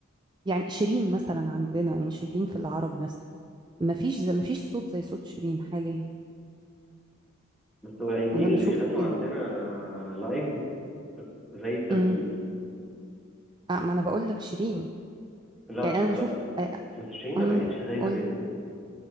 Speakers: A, on the right (about 20°); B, in the centre.
A: يعني شيرين مثلا عندنا يعني شيرين في العرب مثلا مفيش زي مفيش صوت زي صوت شيرين حاليا
B: بس قليلين
A: انا بشوف
B: اللي بيغنوا
A: كده
B: عندنا لايف زي التسجيل
A: امم آه ما انا بقول لك شيرين
B: لا
A: يعني
B: ش...
A: انا بشوف
B: ما... بس شيرين ما
A: امم
B: بقتش زي
A: قول
B: زمان